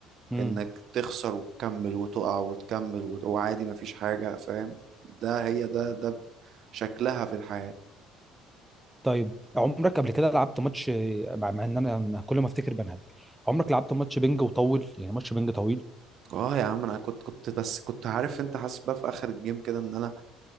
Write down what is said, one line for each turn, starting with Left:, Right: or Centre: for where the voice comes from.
Centre: مم.
Right: انك تخسر وتكمل وتقع وتكمل وت- وعادي مفيش حاجة فاهم ده هي ده ده شكلها في الحياة
Centre: طيب عمرك قبل كده لعبت ماتش مع مع ان انا أنا كل ما افتكر بنهج عمرك لعبت ماتش بينج وطول يعني ماتش بينج طويل
Right: اه يا عم انا كنت كنت بس كنت عارف انت حاسس بقى في اخر الجيم كده ان انا